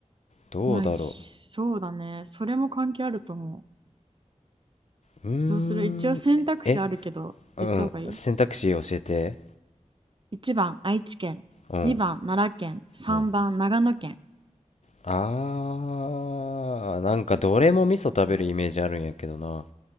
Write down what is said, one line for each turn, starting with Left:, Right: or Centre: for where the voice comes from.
Left: どうだろ
Right: まあ、そうだね。それも関係あると思う。
Left: う。うー
Right: どうする一応選択肢あるけど、
Left: ん。え、うん。
Right: 言った方がいい
Left: 選択肢教えて。
Right: ?1 番、愛知県。
Left: うん。
Right: 2番、奈良県。3番、
Left: うん。
Right: 長野県。
Left: あー、なんかどれも味噌食べるイメージあるんやけどな。
Right: うん